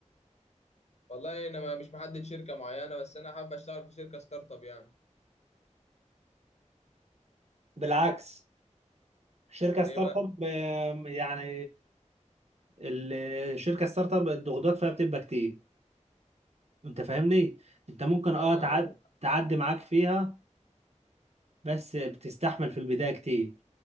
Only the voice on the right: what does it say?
بالعكس شركه
ستارت
اب آم، يعني ال- الشركه ستارت اب الضغوطات فيها بتبقى كتير انت فاهمني انت ممكن اه
تعد
تعدي معاك فيها بس بتستحمل في البدايه كتير